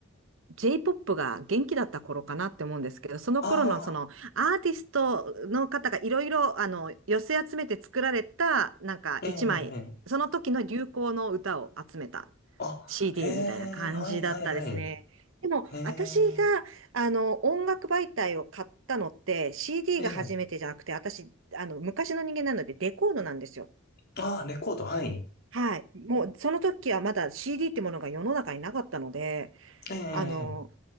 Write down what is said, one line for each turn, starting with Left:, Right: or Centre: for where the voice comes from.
Right: J-POP が元気だった頃かなって思うんですけど、その頃のそのアーティストの方がいろいろあの寄せ集めて作られたなんか一枚、
Left: ああ、ええ、ええ。ええ
Right: その時の流行の歌を集めた
Left: あ、
Right: CD
Left: へえ、
Right: みたいな感じだったですね。
Left: はいはいはい。
Right: でも、
Left: へえ、
Right: 私が、あの、音楽媒体を買ったのって、CD
Left: ええ。
Right: が初めてじゃなくて、私、あの、昔の人間なので、デコードなんですよ。
Left: ああ、レコード、はい。
Right: はい。もう、その時はまだ CD ってものが世の中になかったので、
Left: え
Right: あの、
Left: え、